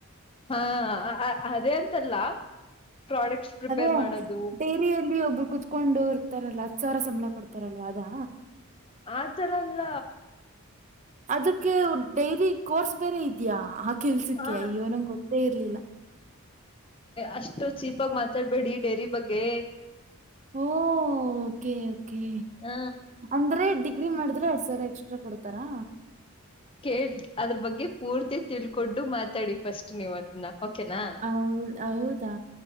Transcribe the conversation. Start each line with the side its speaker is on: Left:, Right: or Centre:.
Left: ಹಾ ಅದೇ ಅಂತಲ್ಲ ಪ್ರಾಡಕ್ಟ್ಸ್ ಪ್ರಿಪೇರ್
Right: ಅದೇ
Left: ಮಾಡೋದು
Right: ಡೈರಿಯಲ್ಲಿ ಒಬ್ರು ಕುೂತ್ಕೊಂಡು ಕೊಡ್ತಾರಲ್ಲ ಹತ್ತು ಸಾವಿರ ಸಂಬಳ ಕೊಡ್ತಾರಲ್ವ ಅದಾ
Left: ಆತರಲ್ಲ
Right: ಅದಕ್ಕೆ ಡೈರಿ ಕೋರ್ಸ್ ಬೇರೆ ಇದ್ಯಾ ಕೆಲ್ಸಕ್ಕೆ
Left: ಹ
Right: ಅಯ್ಯೋ ನಂಗಗೆ ಗೊತ್ತೇ ಇರ್ಲಿಲ್ಲ
Left: ಅಷ್ಟು ಚೀಪಾಗಿ ಮಾತಾಡ್ಬೇಡಿ ಡೇರಿ ಬಗ್ಗೆ
Right: ಓ ಓಕೆ ಓಕೆ
Left: ಹ
Right: ಅಂದ್ರೆ ಡಿಗ್ರಿ ಮಾಡಿದ್ರೆ ಎರಡ್ ಸಾವಿರ ಎಕ್ಸ್ಟ್ರಾ ಕೊಡ್ತಾರಾ
Left: ಕೇ ಅದ್ರ ಬಗ್ಗೆ ಪೂರ್ತಿ ತಿಳ್ಕೊಂಡು ಮಾತಾಡಿ ಫಸ್ಟ್ ನೀವು ಅದನ್ನ ಓಕೆನಾ
Right: ಹೌದ್ ಹೌದಾ